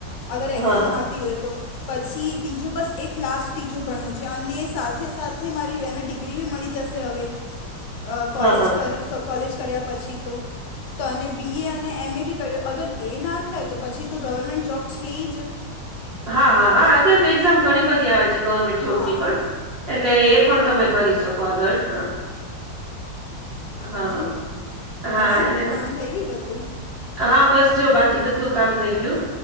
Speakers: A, on the left (about 75°); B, on the right (about 65°).
A: અગર
B: હા
A: એક્ઝામ
B: હા
A: આપી હોય તો. પછી તીજું બસ એક લાસ્ટ ત્રીજું ભણવું છે અને સાથે સાથે મારી એને ડિગ્રી ડિગ્રી બી મળી જશે હવે આ કોલેજ
B: હા હા
A: કરી કા કોલેજ કર્યા પછી તો. તો બી એ અને એમ એ બી કર્યો અગર એ ના થાય તો પછી તો ગવર્મેન્ટ જોબ છે જ.
B: હા હા હા અત્ય્યારે તો એક્ઝામ ઘણી બધી આવે છે ગવર્મેન્ટ જોબની
A: હા
B: પણ. એટલે એ પણ તમે કરી શકો આગળ હા. હા,
A: બીજું
B: હા.
A: બનાયવું
B: હા, એટલે
A: કામ થઈ ગયું બધું?
B: હા બસ જો બાકી બધું કામ થઈ ગયું